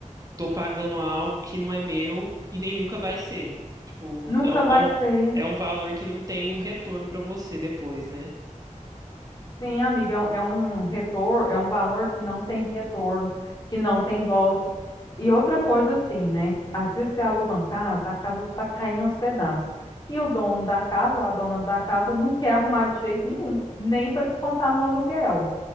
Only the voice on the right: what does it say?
tô pagando algo que não é meu e nem nunca vai ser. Tipo,
é um,
é um,
é um valor que não tem um retorno pra você depois, né?